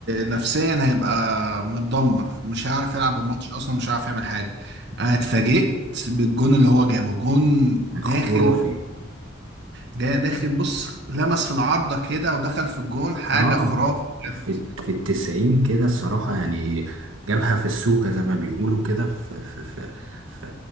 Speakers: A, on the right; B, on the right.
A: نفسيا هيبقى متدمر مش هيعرف يلعب الماتش أصلا مش هيعرف يعمل حاجة أنا اتفاجئت بالجون اللي هو جابه جون داخل
B: خرافي
A: جاي داخل بص لمس في العارضة كده ودخل في الجون حاجة
B: اه
A: خرافة بجد
B: في في التسعين كده الصراحة يعني جابها في السوكة زي ما بيقولوا كده في في في في,